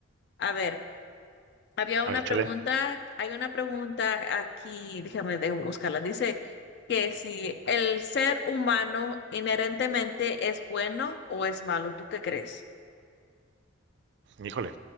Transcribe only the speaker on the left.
A ver. Había una
pregunta,
hay una pregunta aquí, déjame de buscarla. Dice que si el ser humano inherentemente es bueno o es malo, ¿tú qué crees?